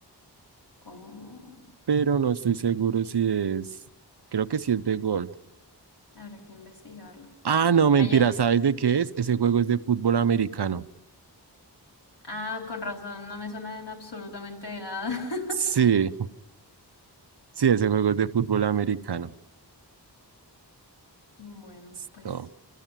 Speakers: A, on the left; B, on the right.
A: Oh,
B: pero no estoy
A: ok.
B: seguro si es, creo que sí es de golf.
A: Habrá que investigarlo.
B: Ah, no,
A: Mira,
B: mentira,
A: yo...
B: ¿sabes de qué es? Ese juego es de fútbol americano.
A: Ah, con razón, no me suena en absolutamente de nada. <laughs>
B: Sí, sí, ese juego es de fútbol americano.
A: Bueno,
B: Listo.
A: pues